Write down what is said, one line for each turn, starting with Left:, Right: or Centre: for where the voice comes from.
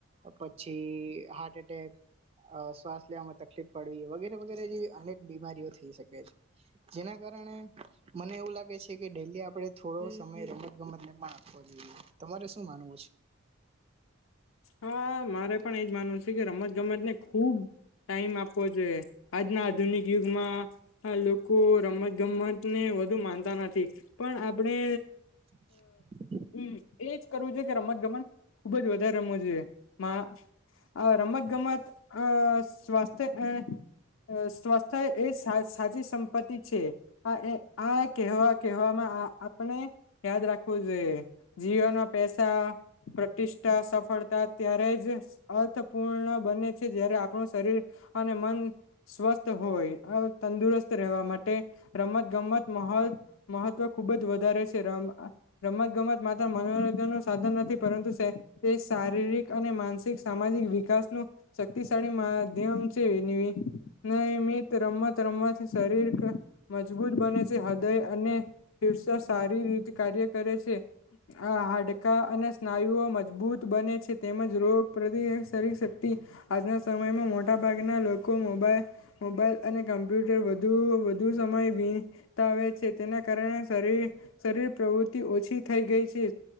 Right: પછી હાર્ટ એટેક, અ શ્વાસ લેવામાં તકલીફ પડે વગેરે વગેરે જેવી અનેક બીમારીઓ થઈ શકે છે, જેના કારણે મને એવું લાગે છે કે ડેઇલી આપણે થોડો સમય રમતગમતને પણ આપવો જોઈએ. તમારે શું માનવું છે?
Left: હા, મારે પણ એ જ માનવું છે કે રમતગમતને ખૂબ સમય આપવો જોઈએ. આજના આધુનિક યુગમાં આ લોકો રમતગમતને વધુ માનતા નથી, પણ આપડે.
Right: <inaudible>
Left: હમ્મ એજ કરવું છે કે રમતગમત ખૂબ જ વધારે રમવું જોઈએ. માં રમતગમત. અ સ્વાસ્થ્ય સ્વાસ્થ્ય એ સા સાચી સંપત્તિ છે. આ એ કહેવા કહેવામાં આ આપણે. યાદ રાખવું જોઈએ. જીવનમાં પૈસા, પ્રતિષ્ઠા, ફળતા ત્યારે જ અર્થપૂર્ણ બને છે, જ્યારે આપણું શરીર અને મન સ્વસ્થ હોય. તંદુરસ્ત. તંદુરસ્ત રહેવા માટે રમતગમત મહત્વ ખૂબ જ વધારે છે. રમ રમતગમત માત્ર મનોરંજનનું સાધન નથી, પરંતુ સેતીશ શારીરિક અને માનસિક, સામાજિક વિકાસનું શક્તિશાળી માધ્યમ છે એવી. નિયમિત રમત રમવાથી શરીર મજબૂત બને છે. હૃદય અને ફેફસા સારી રીતે કાર્ય કરે છે. આ હાડકાં અને સ્નાયુઓ મજબૂત બને છે તેમજ રોગપ્રતિ શરીર શક્તિ આજના સમયમાં મોટા ભાગના લોકો મોબાઈલ મોબાઈલ અને કમ્પ્યુટર વધુ વધુ સમય વી વિતાવે છે, તેના કારણે શરીર શરીર પ્રવૃત્તિ ઓછી થઈ ગઈ છે.